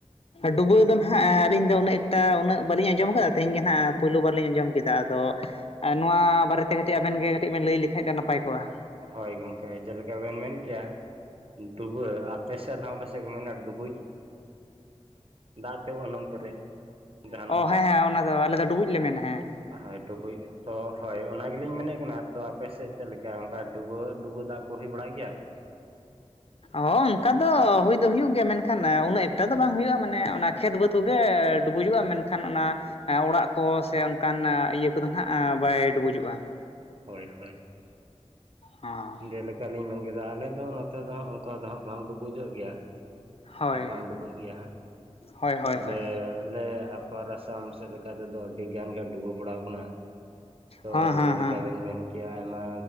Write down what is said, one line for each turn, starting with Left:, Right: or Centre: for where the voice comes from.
Left: ᱰᱩᱵᱟᱹ ᱫᱚ ᱱᱟᱦᱟᱜ ᱟᱹᱞᱤᱧ ᱫᱚ ᱩᱱᱟᱹᱜ ᱮᱠᱴᱟ ᱩᱱᱟᱹᱜ ᱵᱟᱹᱞᱤᱧ ᱟᱡᱚᱢ ᱟᱠᱟᱫᱟ ᱛᱮᱦᱮᱧ ᱜᱮ ᱱᱟᱦᱟᱜ ᱯᱳᱭᱞᱳ ᱵᱟᱨ ᱞᱤᱧ ᱟᱸᱡᱚᱢ ᱠᱮᱫᱟ ᱾ ᱟᱫᱚ ᱱᱚᱣᱟ ᱵᱟᱨᱮ ᱛᱮ ᱠᱟᱹᱴᱤᱡ ᱟᱵᱮᱱ ᱜᱮ ᱠᱟᱹᱴᱤᱡ ᱵᱮᱱ ᱞᱟᱹᱭ ᱞᱮᱠᱟᱡ ᱫᱚ ᱱᱟᱯᱟᱭ ᱠᱚᱜᱼᱟ ᱾
Right: ᱦᱳᱭ ᱜᱚᱢᱠᱮ ᱡᱮᱞᱮᱠᱟ ᱵᱮᱱ ᱢᱮᱱ ᱠᱮᱭᱟ ᱰᱩᱵᱟᱹ ᱟᱯᱮ ᱥᱮᱫ ᱫᱚ ᱦᱟᱜ ᱯᱟᱥᱮᱡ ᱠᱚ ᱢᱮᱱᱟ ᱰᱩᱵᱩᱡ ᱾ ᱫᱟᱜ ᱛᱮ ᱩᱱᱩᱢ ᱯᱮᱨᱮᱡ ᱡᱟᱦᱟᱱᱟᱜ
Left: ᱚ ᱦᱮᱸ
Right: ᱜᱮ
Left: ᱦᱮᱸ ᱚᱱᱟ ᱫᱚ ᱟᱞᱮ ᱫᱚ ᱰᱩᱵᱩᱡ
Right: ᱾
Left: ᱞᱮ ᱢᱮᱱᱟ ᱦᱮᱸ
Right: ᱦᱳᱭ ᱰᱩᱵᱩᱡ, ᱛᱚ ᱦᱳᱭ ᱚᱱᱟ ᱜᱮᱞᱤᱧ ᱢᱮᱱᱮᱫ ᱠᱟᱱᱟ ᱛᱚ ᱟᱯᱮ ᱥᱮᱫ ᱪᱮᱫ ᱞᱮᱠᱟ ᱚᱠᱟ ᱰᱩᱵᱟᱹ, ᱰᱩᱵᱟᱹ ᱫᱟᱜ ᱠᱚ ᱦᱩᱭ ᱵᱟᱲᱟᱜ ᱜᱮᱭᱟ?
Left: ᱦᱚ, ᱚᱱᱠᱟ ᱫᱚ ᱦᱩᱭ ᱫᱚ ᱦᱩᱭᱩᱜ ᱜᱮᱭᱟ ᱢᱮᱱᱠᱷᱟᱱ ᱩᱱᱟᱹᱜ ᱮᱠᱴᱟ ᱫᱚ ᱵᱟᱝ ᱦᱩᱭᱩᱜᱼᱟ, ᱢᱟᱱᱮ ᱚᱱᱟ ᱠᱷᱮᱛ ᱵᱟᱹᱫᱽ ᱠᱚᱜᱮ ᱰᱩᱵᱩᱡᱩᱜᱼᱟ ᱢᱮᱱᱠᱷᱟᱱ ᱚᱱᱟ ᱚᱲᱟᱜ ᱠᱚ ᱥᱮ ᱚᱱᱠᱟᱱ ᱤᱭᱟᱹ ᱠᱚᱫᱚ ᱦᱟᱜ ᱵᱟᱭ ᱰᱩᱵᱩᱡᱚᱜᱼᱟ ᱾
Right: ᱦᱳᱭ ᱦᱳᱭ ᱾
Left: ᱦᱚᱸ ᱾
Right: ᱡᱮᱞᱮᱠᱟᱞᱤᱧ ᱢᱮᱱ ᱠᱮᱫᱟ ᱟᱞᱮ ᱫᱚ ᱱᱚᱛᱮ ᱫᱚ ᱦᱟᱜ ᱚᱱᱠᱟ ᱫᱚ ᱦᱟᱸᱜ ᱵᱟᱝ ᱰᱩᱵᱩᱡᱚᱜ ᱜᱮᱭᱟ ᱾
Left: ᱦᱳᱭ
Right: ᱥᱮ ᱵᱟᱝ ᱰᱩᱰᱟᱹᱜ ᱜᱮᱭᱟ ᱦᱟᱸᱜ ᱾
Left: ᱦᱳᱭ ᱦᱳᱭ
Right: ᱛᱚᱵᱮ
Left: ᱦᱳᱭ
Right: ᱟᱞᱮ ᱟᱯᱟᱨ ᱟᱥᱟᱢ ᱥᱮᱜ ᱞᱮᱠᱟ ᱛᱮᱫᱚ ᱟᱹᱰᱤᱜᱟᱱ ᱜᱮ ᱰᱩᱵᱟᱹ ᱵᱟᱲᱟᱣ ᱠᱟᱱᱟ᱾ ᱛᱚ
Left: ᱦᱮᱸ ᱦᱮᱸ
Right: ᱡᱮᱞᱮᱠᱟᱵᱮᱱ
Left: ᱦᱮᱸ
Right: ᱢᱮᱱ᱾ ᱠᱮᱭᱟ ᱟᱭᱢᱟ